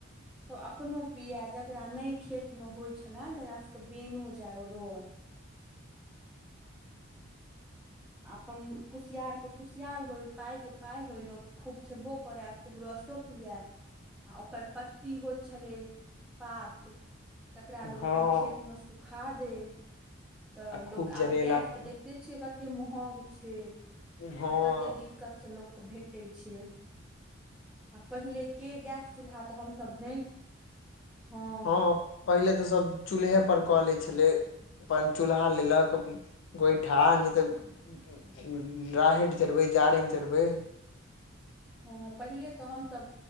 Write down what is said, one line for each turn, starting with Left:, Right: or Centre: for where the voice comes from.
Centre: त अपनो पिय जेकरा नहि खेत मे होइ छले तकरा सबके बेनोजाय ओ रस अपन कुसियारके कुसियार होय पाइके पाइ होय लोक खूब खेबो करे खूब रसो पियाए आ ओकर पत्ती होइ छलै पात तकरा लोकोग
Left: हँ
Centre: अपन खेत में सुखा दै त
Left: आ खूब
Centre: लोक
Left: जरेलक
Centre: आब गैस त देख से छिय कते महग छै
Left: हँ
Centre: आ कते दिक्क दिक्कत से लोकके भेटै छै आ पहिले के गैस चूल्हा त हम सभ नहि हँ
Left: हँ पहिले तऽ सभ चूल्हे परर कऽ लैत छलै अपन चूल्हा लेलक कोइठा नहि तऽ राहैड़ चड़बै जारैन चड़बै
Centre: हँ पहिले तऽ हमसभ